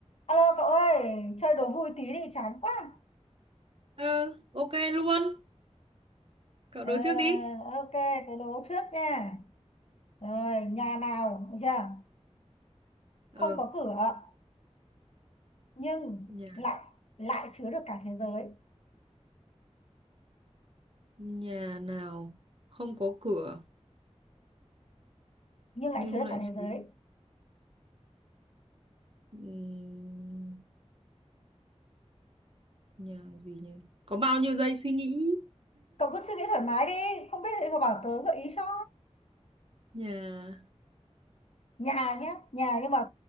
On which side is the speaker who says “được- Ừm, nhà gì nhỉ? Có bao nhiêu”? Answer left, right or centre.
Right